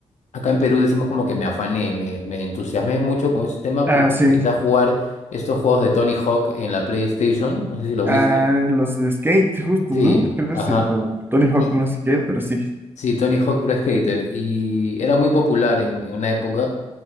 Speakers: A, on the left (about 70°); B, on the right (about 15°).
A: acá en Perú decimos como que me afané, me, me entusiasmé mucho con ese tema
B: Ah,
A: porque
B: sí.
A: empecé a jugar estos juegos de Tony Hawk en la PlayStation, no sé si los
B: Ah,
A: viste.
B: los de skate, justo,
A: Sí,
B: ¿no? Creo
A: ajá.
B: sí. O Tony Hawk,
A: Y
B: no sé qué, pero sí.
A: Sí, Tony Hawk Pro Skater. Y era muy popular en, en una época.